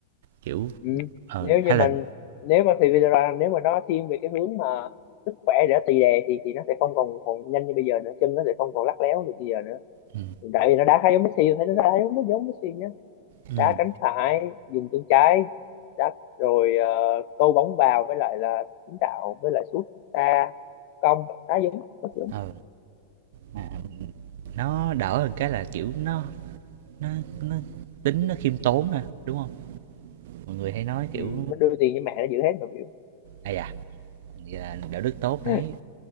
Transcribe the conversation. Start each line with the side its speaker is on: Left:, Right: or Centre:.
Right: kiểu
Left: ừ.
Right: ừ,
Left: nếu như
Right: Haaland,
Left: mình nếu mà thì Vidra nếu mà nó thiên về cái hướng mà sức khỏe để tì đè thì thì nó sẽ không còn còn nhanh như bây giờ nữa chân nó sẽ không còn lắc léo được bây giờ nữa
Right: ừm,
Left: tại vì nó đá khá giống Messi thấy nó đá giống nó giống Messi nhá
Right: ừm,
Left: đá cánh phải dùng chân trái đá rồi ờ, câu bóng vào với lại là kiến tạo với lại sút xa cong đá giống nó giống
Right: ừ, ờ mà, nó đỡ hơn cái là, kiểu, nó nó nó tính nó khiêm tốn nè đúng không Mọi người hay nói, kiểu,
Left: ừ, nó đưa tiền cho mẹ nó giữ hết mà biểu
Right: à da, vậy là đạo đức tốt đấy."
Left: <laughs>